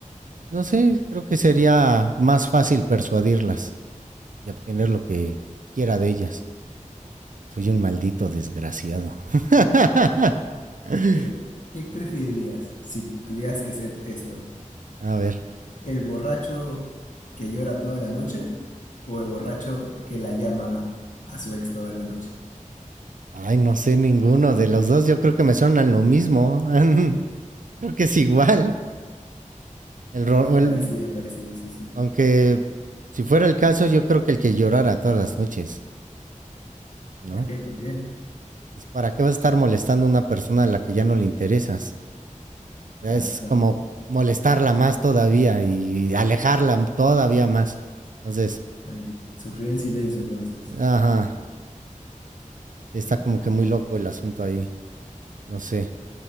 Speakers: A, on the right (about 75°); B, on the left (about 70°).
A: No sé, creo que sería más fácil persuadirlas y obtener lo que quiera de ellas. Soy un maldito desgraciado. <laughs>
B: ¿Qué, qué preferirías si tuvieras que hacer esto?
A: A ver.
B: ¿El borracho que llora toda la noche o el borracho que la llama a su ex toda la noche?
A: Ay, no sé ninguno de los dos. Yo creo que me suenan lo mismo. <laughs> creo que es igual. El, ro-
B: Pa-
A: el-
B: parecido, es parecido, sí, sí.
A: aunque si fuera el caso, yo creo que el que llorara todas las noches, ¿no?
B: ¿Por qué? ¿Por qué?
A: Pues, ¿Para qué vas a estar molestando a una persona a la que ya no le interesas?
B: Nada,
A: Es
B: es verdad.
A: como molestarla más todavía y alejarla todavía más. Entonces,
B: Está bien. Sufrir en silencio entonces.
A: ajá, sí
B: Vale,
A: está como
B: vale.
A: que muy loco el asunto ahí. No sé.